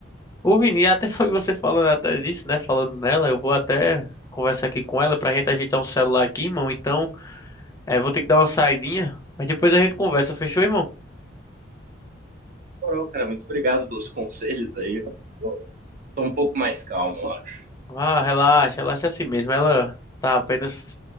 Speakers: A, on the left (about 15°); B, on the right (about 45°).
A: O Vini, até foi <laughs> você falando até disso, né? Falando nela, eu vou até conversar aqui com ela pra gente ajeitar um celular aqui, irmão. Então, é, vou ter que dar uma saidinha, mas depois a gente conversa, fechou, irmão?
B: Moral, cara, muito obrigado pelos conselhos aí. Pô, Tô um pouco mais calmo, eu acho.
A: Ah, relaxa, relaxa assim mesmo. Ela tá apenas